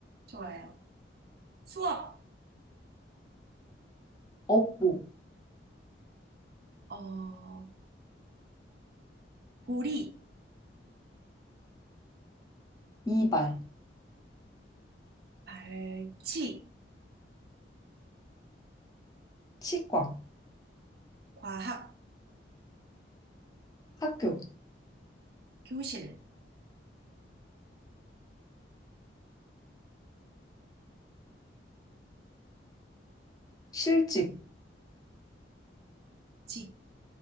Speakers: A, on the right (about 55°); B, on the left (about 20°).
A: 좋아요. 수업,
B: 업보,
A: 어, 보리,
B: 이발,
A: 발치,
B: 치과,
A: 과학,
B: 학교,
A: 교실,
B: 실직,
A: 직,